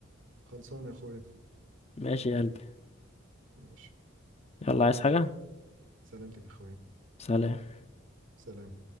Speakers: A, on the right; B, on the left.
A: خلصان يا اخويا
B: ماشي يا قلبي
A: ماشي
B: يلا عايز حاجة
A: سلامتك يا اخويا
B: سلام
A: سلام